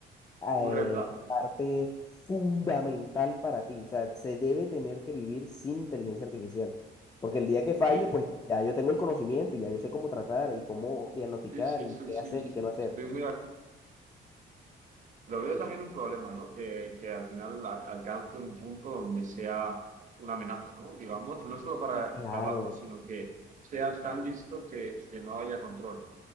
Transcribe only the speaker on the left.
eh,
parte fundamental para ti. O sea, se debe tener que vivir sin inteligencia artificial. Porque el día que falle,
pues ya yo tengo el conocimiento y ya yo sé cómo tratar y cómo diagnosticar
y
qué hacer
y qué no hacer.
Sí, claro,